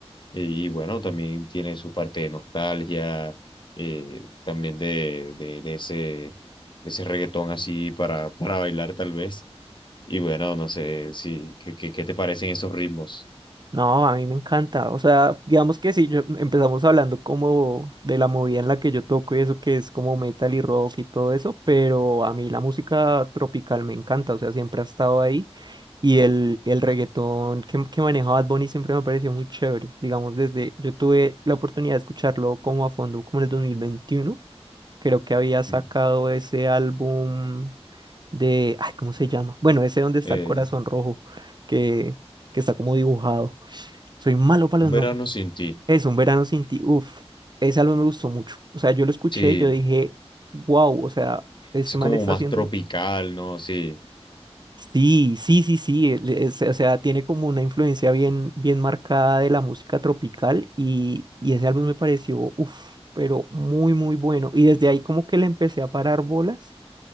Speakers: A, on the left; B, on the right.
A: Y, y bueno, también tiene su parte de nostalgia, eh, también de, de, de ese, de ese reggaetón así para, para bailar tal vez. Y bueno, no sé si, ¿qué, qué, qué te parecen esos ritmos?
B: No, a mí me encanta. O sea, digamos que si yo empezamos hablando como de la movida en la que yo toco y eso que es como metal y rock y todo eso, pero a mí la música tropical me encanta, o sea, siempre ha estado ahí y el, el reggaetón que, que maneja Bad Bunny siempre me pareció muy chévere. Digamos, desde yo tuve la oportunidad de escucharlo como a fondo como en el 2021. creo que había sacado
A: Mm.
B: ese álbum de, ay, ¿cómo se llama? Bueno, ese donde está
A: Eh,
B: el corazón rojo, que, que está como dibujado. Soy malo para
A: un
B: los
A: verano
B: nombres.
A: sin ti.
B: Es Un Verano Sin Ti. Uf, ese álbum me gustó mucho. O sea, yo lo escuché
A: Sí,
B: y yo dije, wow, o sea, este
A: eso es
B: man
A: como
B: está
A: más
B: haciendo.
A: tropical, ¿no? Sí,
B: Sí, sí, sí, sí. él es- o sea, tiene como una influencia bien, bien marcada de la música tropical y, y ese álbum me pareció, uf, pero muy, muy bueno. Y desde ahí como que le empecé a parar bolas